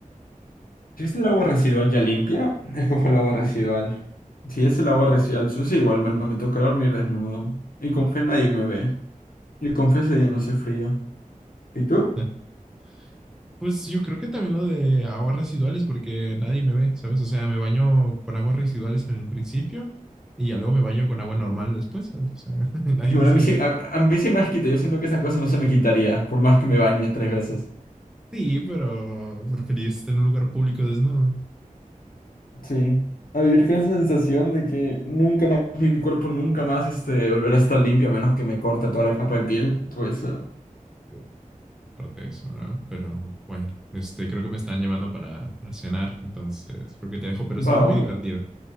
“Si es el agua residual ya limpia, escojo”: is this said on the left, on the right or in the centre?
Left